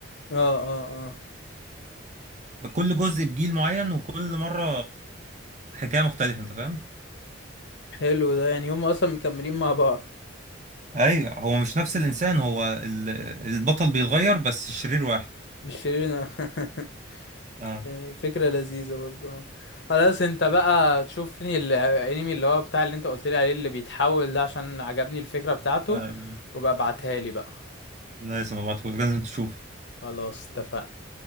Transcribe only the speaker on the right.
كل جزء بجيل معين وكل مرة حكاية مختلفة انت فاهم
ايوه هو مش نفس الانسان هو ال- البطل بيتغير بس الشرير واحد
اه
آه.
لا، لازم ابعتهولك لازم تشوفه